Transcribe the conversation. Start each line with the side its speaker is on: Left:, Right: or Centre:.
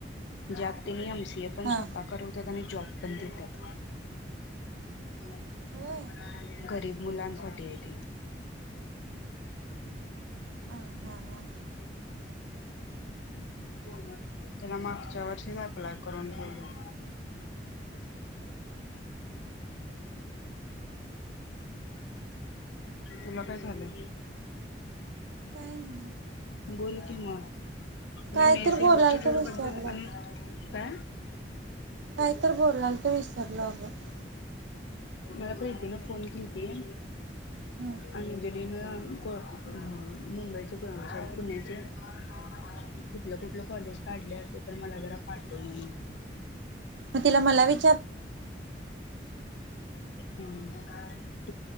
Left: ज्यातेनियमस ते पण
Right: हा
Left: स्वतः करवत्यात आणि जॉब पण देत्यात. <inaudible>
Right: होय हा
Left: गरीब मुलांसाठी हाय ते. <inaudible>
Right: हा हा
Left: <unintelligible> तेला माक -- च्या वर्षीच अप्लाय करून ठेवलोय. तुला काय झालय?
Right: काय नाही
Left: बोल कि म मी
Right: काय
Left: मेसे
Right: तर बोलाल
Left: इन्स्टिट्यूट
Right: तर विसरलो
Left: बद्दल आणि काय?
Right: काय तर बोलालतो अगं विसरलो अगं निवांत
Left: मला प्रीतीन फोन केलतिया
Right: हम्म
Left: अंजलीन कोण हा मुंबईचे प पुण्याचे कुठलं कुठलं कॉलेज काढले असते तर मला जरा पाठव म्हणून
Right: म तिला मला वी
Left: <inaudible> ह